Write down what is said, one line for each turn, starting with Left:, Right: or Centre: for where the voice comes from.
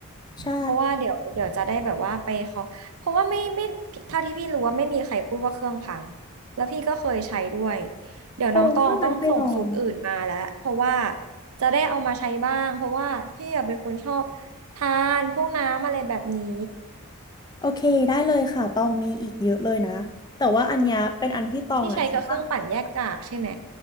Left: ใช่
Right: เพราะว่าเดี๋ยวเดี๋ยวจะได้แบบว่าไปขอเพราะว่าไม่ไม่เท่าที่พี่รู้ว่าไม่มีใครพูดว่าเครื่องพังแล้วพี่ก็เคยใช้ด้วยเดี๋ยวน้องตองต้องส่งสูตรอื่นมาแล้วเพราะว่า
Left: โอ้ถ้างั้นไปลอง
Right: จะได้เอามาใช้บ้างเพราะว่าพี่อะเป็นคนชอบทานพวกน้ำอะไรแบบนี้
Left: โอเคได้เลยค่ะตองมีอีกเยอะเลยนะแต่ว่าอันเนี้ยเป็นอันที่ตองอ่ะคิดว่า
Right: ที่ใช้กับเครื่องปั่นแยกกากใช่ไหม